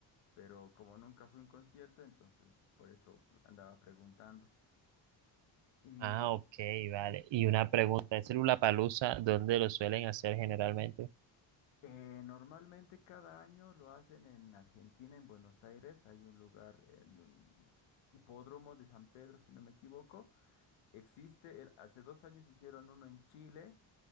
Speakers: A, on the left; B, on the right.
A: pero como nunca fui a un concierto, entonces por eso pr- andaba preguntando. Y
B: Ah, ok, vale. Y una pregunta, ¿ese Lollapalooza dónde lo suelen hacer generalmente?
A: eh, normalmente cada año lo hacen en Argentina, en Buenos Aires. Hay un lugar en un hipódromo de San Pedro, si no me equivoco. Existe, el- hace dos años hicieron uno en Chile